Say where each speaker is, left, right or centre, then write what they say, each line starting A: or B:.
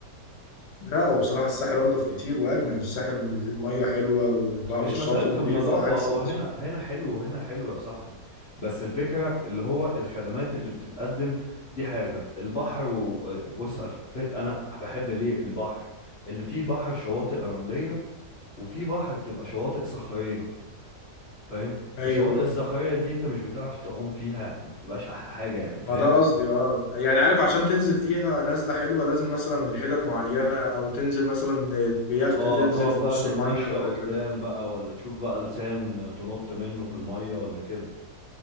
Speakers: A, on the left; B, on the left.
A: لا هو بصراحة الساحل أنضف كتير وأجمل الساحل المية حلوة والب-
B: مش
A: والشواطئ
B: مسألة
A: نظيفة
B: النظافة
A: عكس
B: هو
A: الس-
B: هنا هنا حلو وهنا حلو يا صاحبي بس الفكرة اللي هو الخدمات اللي بتتقدم دي حاجة البحر و... بص ف- انا بحب ليه البحر ان في بحر شواطئ رملية وفي بحر بتبقى شواطئ صخرية فاهم فالشواطئ
A: أيوه
B: الصخرية دي انت مش بتعرف تعوم فيها ما بتبقاش احلى حاجة يعني فاهم
A: ما ده قصدي اه يعني عارف عشان تنزل فيها نزلة حلوة لازم مثلا من حتت معينة أو تنزل مثلا بيخت
B: اه
A: تنزل
B: تقعد
A: في
B: بقى
A: نص
B: تتمشى
A: المية وهكذا
B: قدام بقى ولا تشوف بقى لسان تنط منه في المية ولا كده